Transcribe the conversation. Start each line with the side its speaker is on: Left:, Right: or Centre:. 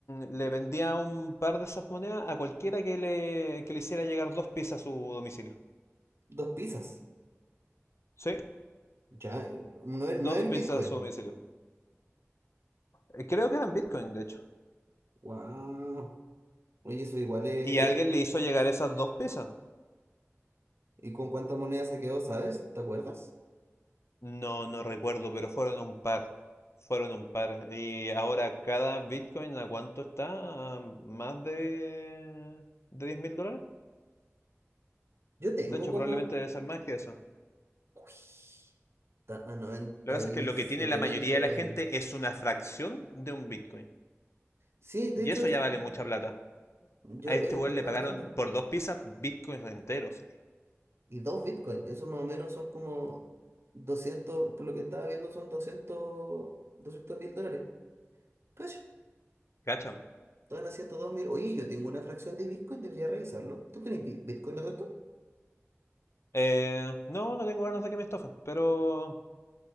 Left: le vendía un par de esas monedas a cualquiera que le, que le hiciera llegar dos piezas a su domicilio.
Right: Dos pizzas.
Left: ¿Sí?
Right: Ya, eh, no es,
Left: Dos
Right: no es el
Left: pizzas
Right: Bitcoin.
Left: a su domicilio. Eh, Creo que eran Bitcoin, de hecho.
Right: Wow. Oye, eso igual es...
Left: Y alguien
Right: eh,
Left: le hizo llegar esas dos pizzas.
Right: ¿Y con cuántas monedas se quedó, sabes? ¿Te acuerdas?
Left: No, no recuerdo, pero fueron un par. Fueron un par. Y ahora cada Bitcoin, ¿a cuánto está? ¿A más de, de 10 mil dólares?
Right: Yo tengo
Left: De hecho,
Right: como
Left: probablemente debe ser más que eso.
Right: Uy, está a noventa
Left: Lo que pasa
Right: y
Left: es que lo
Right: siete
Left: que tiene la mayoría
Right: mil dólares.
Left: de la gente es una fracción de un Bitcoin.
Right: Sí, de
Left: Y
Right: hecho,
Left: eso
Right: es-
Left: ya vale mucha plata.
Right: yo
Left: A este
Right: eh,
Left: weón
Right: estaba
Left: le pagaron
Right: viendo.
Left: por dos pizzas Bitcoins enteros.
Right: Y dos Bitcoin, eso más o menos son como 200 por lo que estaba viendo son doscientos doscientos mil dólares. Cacha,
Left: ¿Cachan?
Right: están a ciento dos mil. Oye, yo tengo una fracción de Bitcoin, debería revisarlo. ¿Tú tenés Bi- Bitcoin no tanto?
Left: Eh, no, no tengo ganas de que me estofen, pero